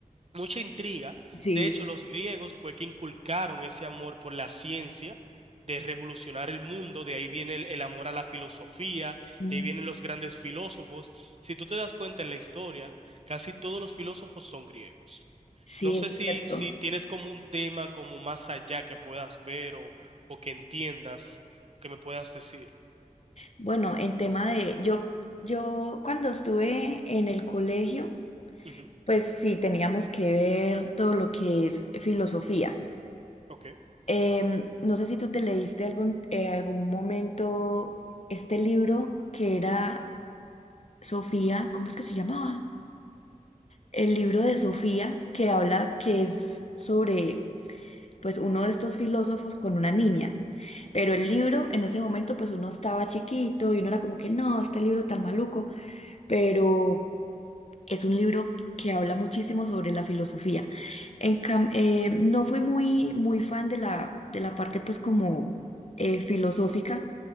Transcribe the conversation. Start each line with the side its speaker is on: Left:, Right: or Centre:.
Right: mucha intriga.
Left: Sí,
Right: De hecho, los griegos fue que inculcaron ese amor por la ciencia, de revolucionar el mundo, de ahí viene el, el amor a la filosofía,
Left: mm,
Right: de ahí vienen los grandes filósofos. Si tú te das cuenta en la historia, casi todos los filósofos son griegos.
Left: sí,
Right: No sé
Left: es
Right: si,
Left: cierto.
Right: si tienes como un tema como más allá que puedas ver o, o que entiendas, que me puedas decir.
Left: Bueno, en tema de, yo, yo cuando estuve en el colegio,
Right: Ujú,
Left: Pues sí, teníamos que ver todo lo que es filosofía.
Right: Ok.
Left: Em, no sé si tú te leíste algún, en algún momento este libro que era Sofía, ¿cómo es que se llamaba? El libro de Sofía que habla que es sobre pues uno de estos filósofos con una niña. Pero el libro en ese momento pues uno estaba chiquito y uno era como que no, este libro tan maluco, pero Es un libro que habla muchísimo sobre la filosofía. En cam- eh, no fui muy, muy fan de la, de la parte pues como eh, filosófica.